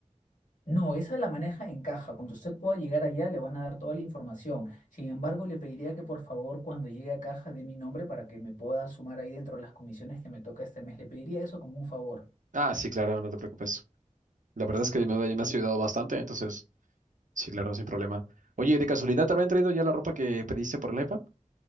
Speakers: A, on the left; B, on the right.
A: No, esa la maneja en caja. Cuando usted pueda llegar allá, le van a dar toda la información. Sin embargo, le pediría que por favor, cuando llegue a caja, dé mi nombre para que me pueda sumar ahí dentro de las comisiones que me toca este mes. Le pediría eso como un favor.
B: Ah, sí, claro, no te preocupes. La verdad es que me, me has ayudado bastante, entonces, sí, claro, sin problema. Oye, ¿de casualidad te habrán traído ya la ropa que pediste por el iPad?